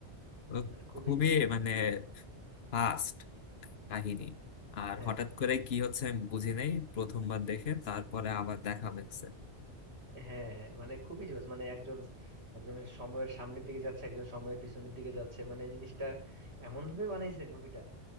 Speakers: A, on the left; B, on the right.
A: ও
B: মানে খুবই
A: খুবই
B: জোস
A: মানে ফাস্ট কাহিনী আর
B: হ্যাঁ
A: হঠাৎ করে কি হচ্ছে আমি বুঝি নাই প্রথমবার দেখে তারপরে আবার দেখা লাগছে
B: হ্যাঁ মানে খুবই জোস মানে একজন একজন সময়ের সামনের দিকে যাচ্ছে একজন সময়ের পিছনের দিকে যাচ্ছে মানে এই জিনিসটা এমন ভাবে বানাইছে মুভিটা